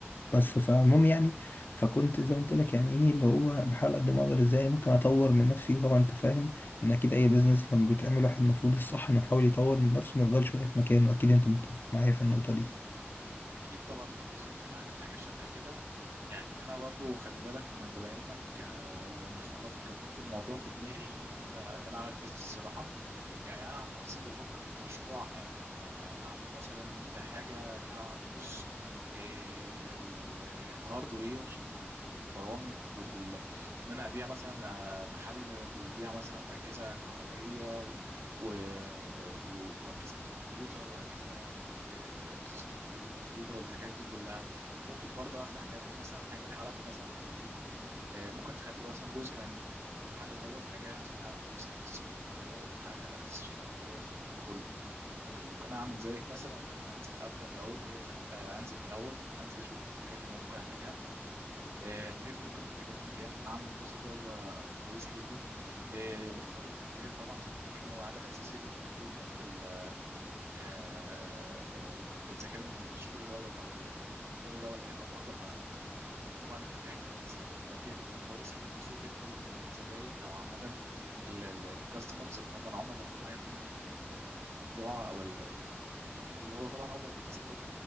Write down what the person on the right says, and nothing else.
اكيد طبعا متفق معاك في حاجه شبه كده يعني انا برضو خلي بالك بما انك آه، يعني خلصت كبرت الموضوع في دماغي اللي انت ان انا اعمل بيزنس الصراحه يعني انا عن نفسي بفكر في مشروع آه، اعمل مثلا حاجه ليها تخص آه، ال- ال- الهاردوير وال- والبرامج وال... وال... ان انا ابيع مثلا آه، محل بيبيع مثلا اجهزه كهربائيه و... و... و- واجهزه كمبيوتر واجهزه آه، اكسسوارات الكمبيوتر والحاجات دي كلها ممكن برضه افتح جنبه مثلا حاجه ليها علاقه مثلا بالايه آه، ممكن نخلي مثلا جزء من المحل دوت حاجه لها مثلا ليها علاقه مثلا خاص بالموبايلات وحاجه الاكسسوارز بتاعت الموبايلات الكلام ده كله ممكن ممكن اعمل زيك مثلا ان انا انزل ابدا في الاول في الاخر آه، انزل في الاول انزل اشوف إيه الحاجات اللي أنا ممكن احتاجها آه، الحاجات دي ممكن تكلفني كام اعمل دراسه جدوى كويسه جدا آه، واختار المكان طبعا عشان المكان هو عامل اساسي جدا جدا في آه، آه، اذا كان الشغل دوت او ال- الموضوع دوت هيبقى مربح ولا لا طبعا انت فاهم انت لازم مكان يبقى كويس عشان تشوف انت ال- ال- الزباين او عامه الكاستمرز اللي هم العملاء هم هياخدوا منك ال- ال- ال- البضاعه او ال- ال- اللي هو طبعا هم دول الناس اللي هم